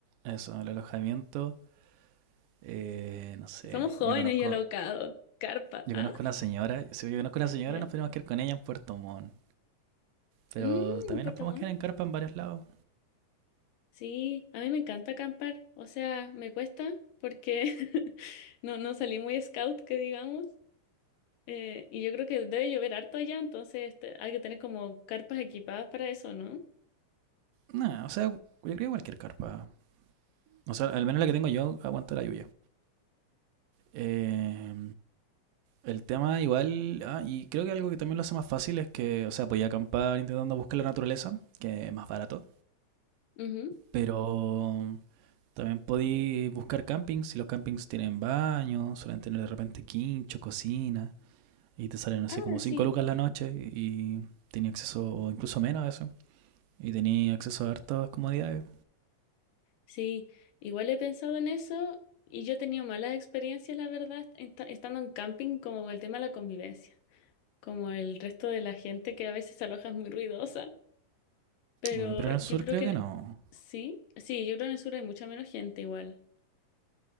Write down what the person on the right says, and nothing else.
eso, el alojamiento, eh, no sé,
yo conozco,
yo
conozco una señora, si yo conozco una señora
nos podemos quedar con ella en Puerto Montt, pero
también
nos podemos
quedar en carpa en varios lados.
No, o sea, yo creo que cualquier carpa, o sea, al menos la que tengo yo aguanta la lluvia. Eh, el tema igual, ah, y creo que algo que también lo hace más fácil es que, o sea, podía acampar intentando buscar la naturaleza, que es más barato.
Pero también podéis buscar campings. Si los campings tienen baño, suelen tener de repente quincho, cocina. Y te salen, no
sé, como 5
lucas la noche. Y tenía acceso, o incluso menos a eso. Y tenía acceso a hartas comodidades.
Ah, Pero en
el sur
creo
que no.